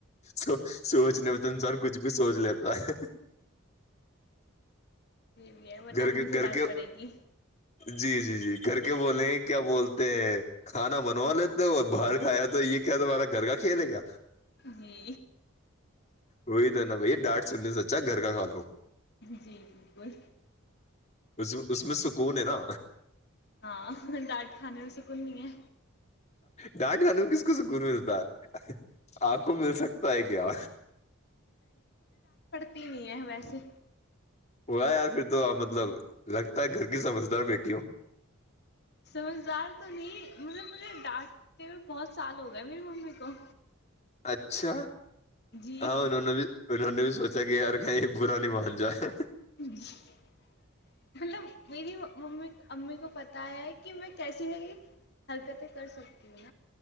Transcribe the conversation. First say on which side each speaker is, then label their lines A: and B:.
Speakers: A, on the left (about 35°); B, on the left (about 50°).
A: سو سوچنے ب سب کھ کھ بھی سوچ لیتا ہے
B: یہ بھی ہے ورنہ
A: گھر
B: امی
A: کے
B: سے
A: گھر
B: ڈانٹ
A: کے
B: پڑے گی
A: جی جی جی گھر کے بولے ہیں کیا بولتے ہیں کھانا بنوا لیتے ہو باہر کھایا تو یہ کیا تمہارا گھر کا کھیلے گ
B: جی
A: وہی تو نا بھ ڈانٹ سننے سچا گھر کا کھا لو
B: جی بالکل
A: اس اس میں سکون ہے نا
B: ہاں ڈاٹ کان میں سےکنی ہے
A: ڈانٹ ران میں کس کو سکون ملتا ہے آپ کو مل سکتا ہے کیا
B: تی نہیں ہے ویسے
A: ہوا ہے یار پھر تو مطلب لگتا ہے گھر کی سمجھدار بیٹیوں
B: سمجھدار تو نہیں مطلب مجھے ڈانٹتے میں بہت سال ہو گئے میری ممی کو
A: اچھا
B: جی
A: ہاں انہوں نے بھی انہوں نے بھی سوچا کہ یار نہیں برا نہیں مان جائے
B: مطلب میری ممی امی کو پتا ہے کہ میں کیسی ہے حرکتیں کر سکتی ہیں